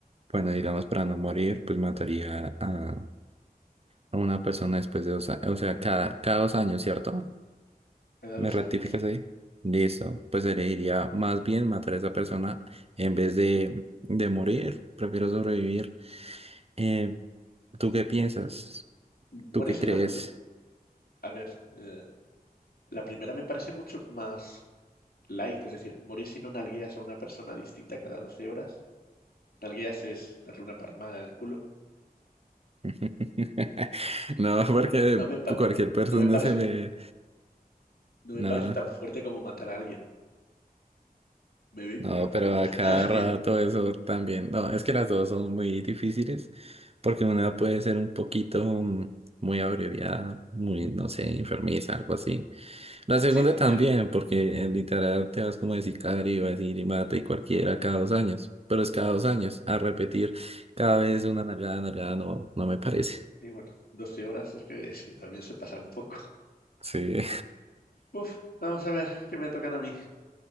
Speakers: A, on the right; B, on the left.
A: bueno, digamos, para no morir, pues mataría a a una persona después de dos años, o sea, cada, cada dos años, ¿cierto?
B: Cada
A: ¿Me
B: dos
A: rectificas
B: años, sí.
A: ahí? Listo. Pues elegiría más bien matar a esa persona en vez de, de morir. Prefiero sobrevivir. Eh, ¿tú qué piensas? ¿Tú
B: Mueres
A: qué crees?
B: en las... A ver, eh, la primera me parece mucho más light, es decir, morir si no nalgueas a una persona distinta cada 12 horas. Nalgueas es darle una palmada del culo.
A: <laughs> No, porque
B: No me, pa-
A: cualquier persona
B: no me parece,
A: se me...
B: no
A: No,
B: me parece tan fuerte como matar a alguien. Me veo
A: no,
B: incapaz
A: pero
B: de matar
A: a cada
B: a <laughs> alguien.
A: rato eso también. No, es que las dos son muy difíciles porque una puede ser un poquito mm, muy abreviada, muy, no sé, enfermiza, algo así. La segunda
B: Sí, también.
A: también, porque eh, literal te vas como de sicario, vas a decir y mata y cualquiera cada dos años, pero es cada dos años, a repetir cada vez una nalgada, nalgada, no, no me parece.
B: Y bueno, 12 horas es que sí, también se pasa un poco.
A: Sí.
B: Uf, vamos a ver qué me tocan a mí.